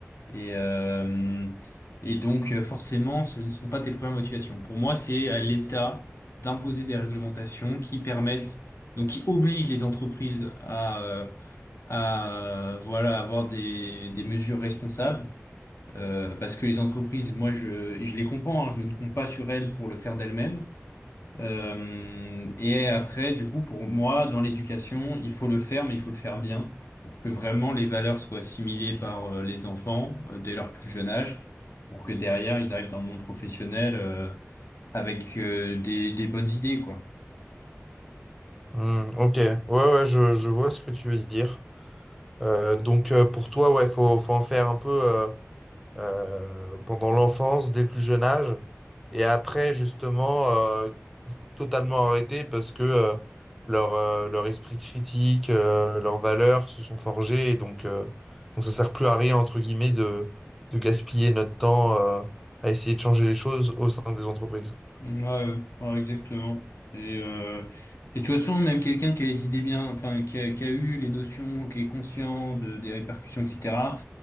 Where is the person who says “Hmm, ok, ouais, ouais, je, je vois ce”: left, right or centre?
Centre